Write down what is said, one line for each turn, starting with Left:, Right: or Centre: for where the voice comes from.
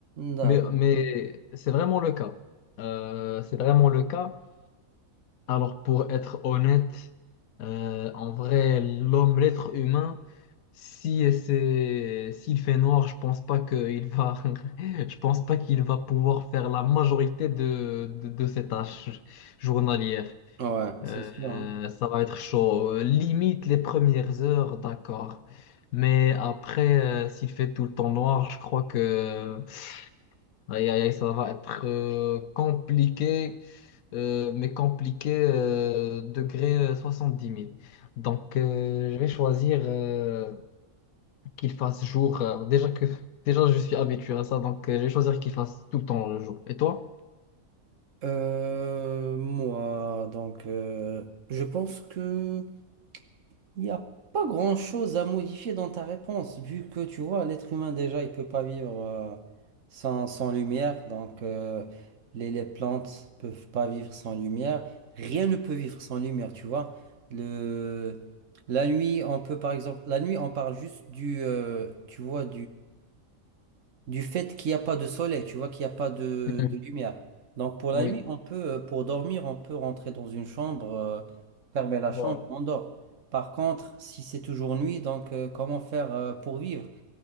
Right: D'accord.
Left: Mais, mais c'est vraiment le cas. Euh, c'est vraiment le cas. Alors, pour être honnête, euh, en vrai, l'homme, l'être humain, si c'est, s'il fait noir, je pense pas qu'il va, <laughs> je pense pas qu'il va pouvoir faire la majorité de, de, de ses tâches journalières.
Right: Ouais, c'est
Left: Euh,
Right: sûr, hein.
Left: ça va être chaud. Euh, Limite les premières heures, d'accord. Mais après, euh, s'il fait tout le temps noir, je crois que aïe, aïe, aïe, ça va être euh, compliqué euh, mais compliqué, euh, degré euh, dix mille. Donc, euh, je vais choisir euh, qu'il fasse jour. euh, déjà que déjà, je suis habitué à ça, donc euh, je vais choisir qu'il fasse tout le temps le jour. Et toi?
Right: Euh, moi, donc, euh, je pense que Il n'y a pas grand-chose à modifier dans ta réponse, vu que tu vois, l'être humain déjà, il peut pas vivre euh, sans, sans lumière, donc euh, les, les plantes peuvent pas vivre sans lumière, rien ne peut vivre sans lumière, tu vois. Le, la nuit, on peut par exemple, la nuit, on parle juste du, euh, tu vois, du fait qu'il n'y a pas de soleil, tu vois, qu'il n'y a pas de,
Left: Mhm.
Right: de lumière. Donc pour la
Left: Oui,
Right: nuit, on peut, euh, pour dormir, on peut rentrer dans une chambre, euh, fermer la
Left: voilà.
Right: chambre, on dort. Par contre, si c'est toujours nuit, donc euh, comment faire euh, pour vivre?